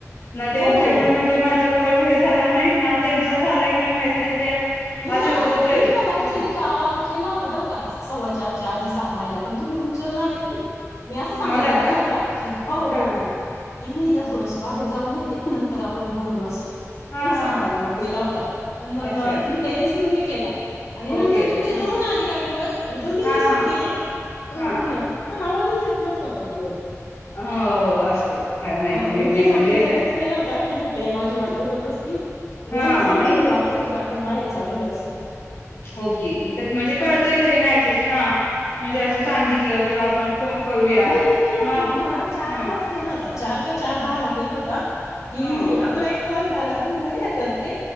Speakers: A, on the left; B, on the left.
A: न त्यांच्यामुळे
B: हो
A: म्हणजे माझं- - कॉल हे झाला नाही ना त्यांचा झालाय का नाही माहित नाही. ते
B: मी
A: असेच
B: ना
A: होतय
B: मी तुम्हाला ऍक्च्युली
A: ह
B: काल -- केला होता बरं का सव्वाचारच्या आधी सांगायला पण तुम्ही उचलला नाही. मी असं सांगायला
A: मला
B: केला
A: का
B: होता की हो
A: हा
B: हो हो की मी
A: हा
B: ना थोडस बाहेर जाऊन येते. नंतर आपण बोलू. हेच
A: हा
B: सांगायला
A: हा
B: मी केला होता पण मग-
A: अच्छा
B: - शिवनी केला. आणि नंतर
A: ओके
B: तुमचे
A: हा
B: दोन आले गाडीवर मी दोन्ही
A: हा
B: रिसिव्ह केले. पण
A: हा
B: पण आव <unintelligible> येत नव्हता का गाडीवर
A: हा हो असको काय माहिती
B: हा मी
A: नाय
B: ते
A: म
B: सांगण्यासाठीच
A: म्हणजे काय?
B: केला होता की म्हटले माझी वाट बघत बसतील. तर यांना
A: हा
B: सांगून
A: नाही
B: देऊ आपण की आप पणं बाहेर चाललोय असं
A: ओके त्यात म्हणजे कळतय तरी ना ऍटलीस्ट हां म्हणजे असं सांगितलं किंवा आपण फोन करूया
B: हां नाही मी केला
A: मग
B: होता तुम्हाला चारलाचं
A: ह
B: केला होता चार चार दहा ला केला होता. की
A: ह
B: आपला एक कॉल झाला तुम्ही म्हणे ना कर ए